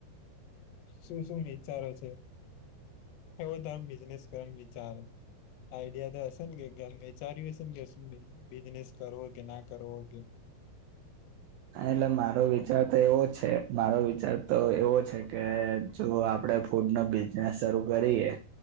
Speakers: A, on the left; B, on the right.
A: શું શું વિચારો છે એવો તાર બિઝનેસ કર ચાર આ દ હશે કેચારી્યું હશે કે બિજનેસ કરવો કે ના કરો કે
B: એટલે મારો વિચાર તો એવો જ છે મારો વિચાર તો એવો છે કે જો આપણે ફૂડ નો બિઝનેસ શરૂ કરીએ